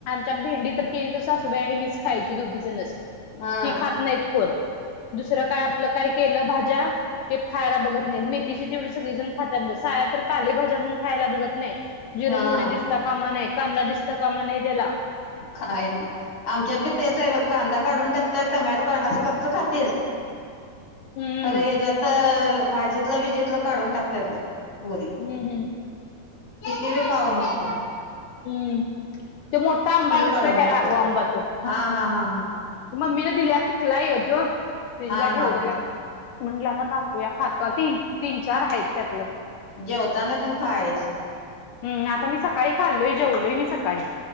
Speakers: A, on the left; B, on the left.
A: त्यात भेंडी तर केली तर सासूबाई आणि मीच खायाची दोघीजणचं
B: हा
A: हि खात नाईत कोण दुसरं काय आपलं काय केलं भाज्या ते प खायला बघत नाहीत, मे हीशी तेवढी सगळीजणं खात <unintelligible> साया तर पालेभाज्या म्हणून खायला बघत नाही जिर
B: हा
A: मोहरी दिसता कामा न नाही कांदा दिसता कामा नये तेला
B: काय ना आमच्यात बी तेच आहे बघ कांदा काढून टाकत्यात टोमॅटो अस कच्च खातील
A: हम्म
B: खरं हे ज्यातर भाजीतला भीजीत तेलातल काढून टाकत्यात बघ पोरी
A: हम्म हम्म
B: किती रे पाव मागतो
A: हं तो मोठा आंबा नसतो
B: काढून
A: काय
B: टाकतात.
A: राघू आंबा तो
B: हा हा हा हा
A: मम्मीन दिल्या पिकलाय ओ त्यो फ्रीज
B: हा
A: ला ठेवलेलल
B: हा हा
A: म्हंटलं आता कापूया खातो तीन तीन चार आहेत त्यातलं
B: जेवताना तेन खायाच
A: हं आता मी सकाळी खाल्लोय जेवलोय मी सकाळी